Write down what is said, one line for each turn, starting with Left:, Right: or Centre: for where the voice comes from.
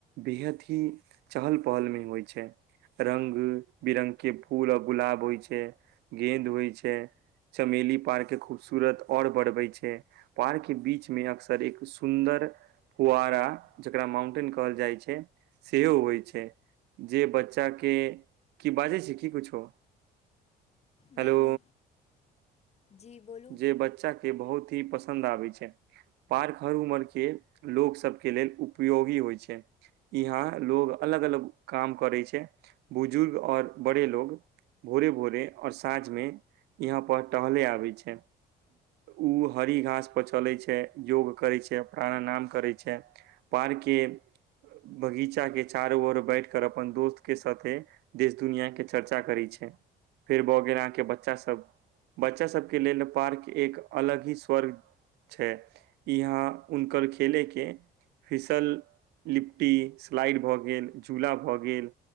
Right: बेहद ही चहल पहल मे होइ छै। रंग- बिरंग के फूल आर गुलाब होइ छै, गेंद होइ छै। चमेली पार्क के खूबसूरत और बढ़बै छै। पार्क के बीच में अक्सर एक सुन्दर फुआरा ज जकरा माउंटेन कहल जाइ छै सेहो होइ छै। जे बच्चा के की बाजै छिये की कुछो।
Left: नै-नै,
Right: हेलो
Left: जी बोलू।
Right: जे बच्चा के बहुत ही पसन्द आबे छै, पार्क हर उमर के लोक सब के लेल उपयोगी होइ छै। यहाँ लोग अलग अलग काम करे छै, बुजुर्ग और बड़े लोग। भोरे -भोरे और साँझ मे यहाँ पर टहले आबै छै। उ हरी घास पर चलै छै, योग करै छै प्राणाम नाम करै छै। पार्क के बगीचा के चारो ओर बैठ कर अपन दोस्त के साथे देश दुनिया के चर्चा करै छै, फेर भऽ गेल अहाँके बच्चा सब बच्चा सब के लेल पार्क एक अलग ही स्वर्ग छै, यहाँ हुनकर खेले के फिसल लिपट्टी स्लाईड भ गेल झूला भ गेल